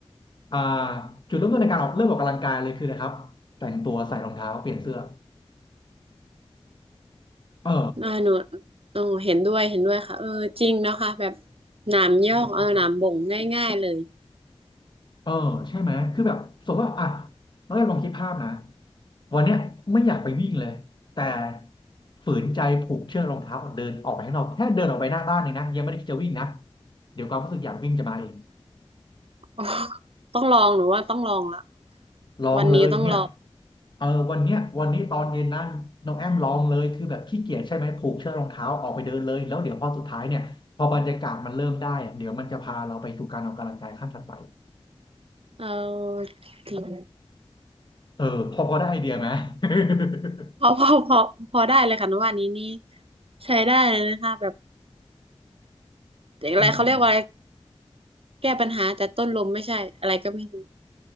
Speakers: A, on the left; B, on the right.
A: อ่าจุดเริ่มต้นในการออกเริ่มออกกำลังกายเลยคืออะไรครับแต่งตัวใส่รองเท้าเปลี่ยนเสื้อเออ
B: อ่าหนูโอ้เห็นด้วยเห็นด้วยค่ะเออจริงเนาะค่ะแบบหนามยอกเออหนามบ่งง่ายๆเลย
A: เออใช่ไหมคือแบบสมมติว่าอ่ะน้องแอมลองคิดภาพนะวันเนี้ยไม่อยากไปวิ่งเลยแต่ฝืนใจผูกเชือกรองเท้าเดินออกไปข้างนอกแค่เดินออกไปหน้าบ้านเองนะยังไม่ได้คิดจะวิ่งนะเดี๋ยวความรู้สึกอยากวิ่งจะมาเอง
B: อ๋อต้องลองหนูว่าต้องลองละ
A: ลองเลยเนี่ย
B: วันนี้ต้องลอง
A: เออวันเนี้ยวันนี้ตอนเย็นนั่นน้องแอมลองเลยคือแบบขี้เกียจใช่ไหมผูกเชือกรองเท้าออกไปเดินเลยแล้วเดี๋ยวพอสุดท้ายเนี่ยพอบรรยากาศมันเริ่มได้อะเดี๋ยวมันจะพาเราไปสู่การออกกำลังกายขั้นถัดไป
B: เออจริง
A: เออพอพอได้ไอเดียไหม <laughs>
B: พอพอพอพอได้เลยค่ะหนูว่านี้นี่ใช้ได้เลยนะคะแบบอะไรเขาเรียกว่าอะไร
A: อืม
B: แก้ปัญหาแต่ต้นลมไม่ใช่อะไรก็ไม่รู้